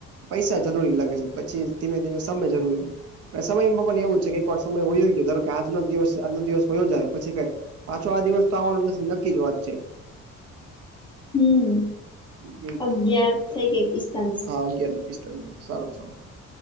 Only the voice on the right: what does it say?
પૈસા જરૂરી લાગે છે, પછી. ધીમે ધીમે સમય જરૂરી. લાગે સમયમાં પણ એવું છે, કે કો સમય હોયો ગયો <unintelligible> કે આજનો દિવસ આજનો દિવસ હોયો જાય પછી કઈ. પાછો આ દિવસ તો આવવાનો નક્કી જ વાત છે.
કેમ કે
<unintelligible> <unintelligible>